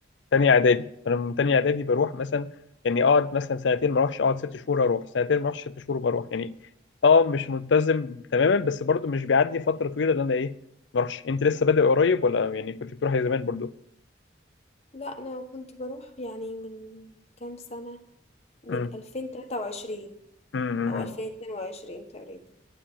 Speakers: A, on the left; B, on the left.
A: تانية اعدادي فانا من تانية اعدادي بروح مثلا يعني اقعد مثلا سنتين ما اروحش اقعد ست شهور اروح سنتين ما اروحش ست شهور بروح يعني اه مش ملتزم تماما بس برضو مش بيعدي فترة طويلة اللي انا ايه ما اروحش انت لسه بادئ قريب ولا يعني كنت بتروحي زمان برضو
B: لأ أنا كنت بروح يعني من كام سنة، من
A: امم
B: 2023
A: امم
B: أو 2022 تقريبا.